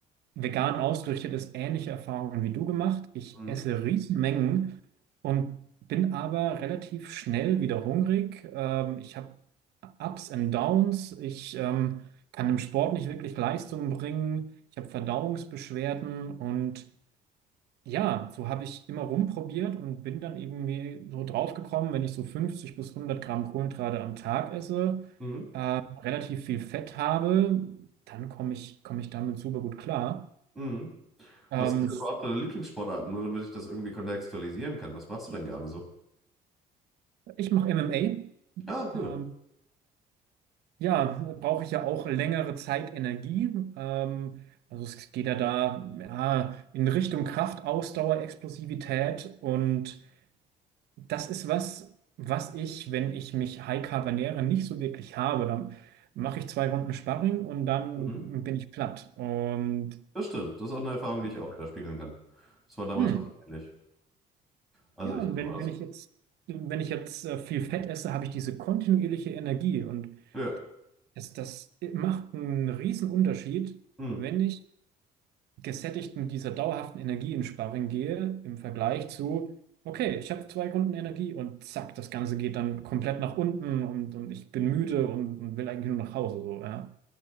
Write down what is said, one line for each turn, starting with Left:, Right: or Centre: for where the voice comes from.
Right: vegan ausgerichtet ist, ähnliche Erfahrungen wie du gemacht. Ich
Centre: Mhm.
Right: esse Riesenmengen und bin aber relativ schnell wieder hungrig. Ähm, ich habe Ups and Downs. Ich ähm, kann im Sport nicht wirklich Leistung bringen. Ich habe Verdauungsbeschwerden und ja, so habe ich immer rumprobiert und bin dann irgendwie so draufgekommen, wenn ich so 50 bis 100 Gramm Kohlenhydrate am Tag esse,
Centre: Mhm.
Right: relativ viel Fett habe, dann komme ich, komme ich damit super gut klar.
Centre: Mhm.
Right: Ähm,
Centre: Was sind denn überhaupt deine Lieblingssportarten? Nur damit ich das irgendwie kontextualisieren kann. Was machst du denn gerne so?
Right: ich mache MMA.
Centre: Ah, cool.
Right: Ähm, ja, brauche ich ja auch längere Zeit Energie. Ähm, also es geht ja da ja, in Richtung Kraft, Ausdauer, Explosivität und Das ist was, was ich, wenn ich mich High-Carb ernähre, nicht so wirklich habe. Dann mache ich zwei Runden Sparring und dann
Centre: Mhm.
Right: bin ich platt. Und
Centre: Das stimmt. Das ist auch eine Erfahrung, die ich auch wieder spiegeln kann. Das war damals
Right: hm,
Centre: bei mir ähnlich. Also
Right: ja,
Centre: ich
Right: und
Centre: guck
Right: wenn,
Centre: mal das.
Right: wenn ich jetzt, wenn ich jetzt äh, viel Fett esse, habe ich diese kontinuierliche Energie. Und
Centre: Ja.
Right: das, das macht einen riesen Unterschied,
Centre: Mhm.
Right: wenn ich gesättigt mit dieser dauerhaften Energie in Sparring gehe, im Vergleich zu, okay, ich habe zwei Runden Energie und zack, das Ganze geht dann komplett nach unten und, und ich bin müde und, und will eigentlich nur nach Hause. So, ja.